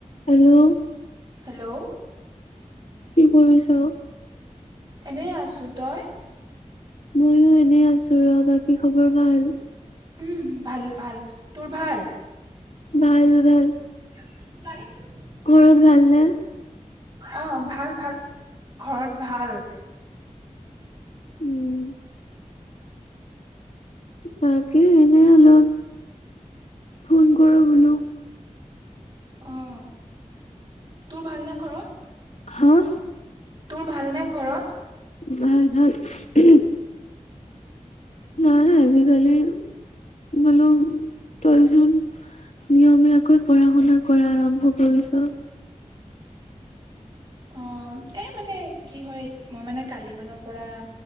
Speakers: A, on the left; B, on the right.
A: Hello
B: hello
A: কি কৰিছ?
B: এনেই আছোঁ তই?
A: ময়ো এনে আছোঁ ৰ'বা বাকী খবৰ ভাল?
B: উম ভাল-ভাল তোৰ ভাল?
A: ভাল-ভাল।
B: <inaudible>
A: ঘৰত ভালনে?
B: অ' ভাল-ভাল ঘৰত ভাল।
A: উম বাকী এনে অলপ, ফোন কৰোঁ বোলো।
B: অ' তোৰ ভালনে ঘৰত?
A: হা
B: তোৰ ভালনে ঘৰত?
A: ভাল-ভাল, হুম নাই আজিকালি বোলো তইচোন নিয়মীয়াকৈ পঢ়া শুনা কৰা আৰম্ভ কৰিছ।
B: অ' এ মানে কি হয় মই মানে কালি মানৰ পৰা